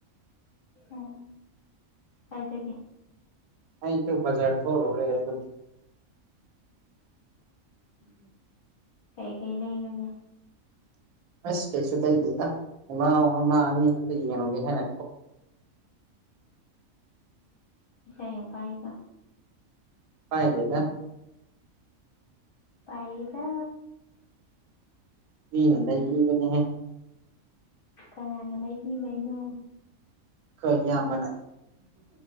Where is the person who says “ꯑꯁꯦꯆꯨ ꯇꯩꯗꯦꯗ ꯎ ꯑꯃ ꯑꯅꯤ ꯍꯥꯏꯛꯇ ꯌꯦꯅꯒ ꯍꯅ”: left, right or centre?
Right